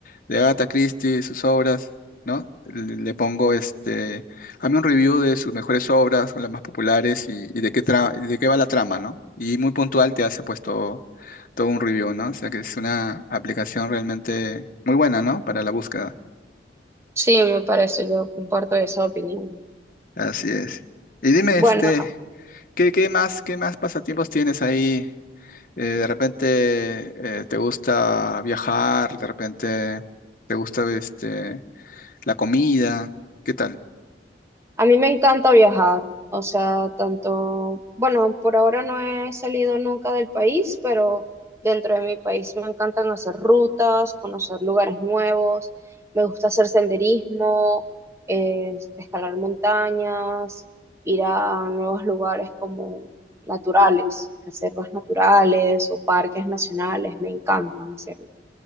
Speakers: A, on the left; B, on the right.
A: de Agatha Christie sus obras, ¿no? Le, le pongo, este, hazme un review de sus mejores obras, o las más populares y, y de qué tra- de qué va la trama, ¿no? Y muy puntual te hace puesto todo un review, ¿no? O sea que es una aplicación realmente muy buena, ¿no? Para la búsqueda.
B: Sí, me parece, yo comparto esa opinión.
A: Así es. Y dime,
B: Bueno,
A: este, ¿qué, qué más, qué más pasatiempos tienes ahí? Eh, de repente eh, te gusta viajar, de repente te gusta este, la comida, ¿qué tal?
B: A mí me encanta viajar, o sea, tanto, bueno, por ahora no he salido nunca del país, pero dentro de mi país me encantan hacer rutas, conocer lugares nuevos, me gusta hacer senderismo, eh, escalar montañas, ir a nuevos lugares como naturales, reservas naturales o parques nacionales, me encantan hacerlo.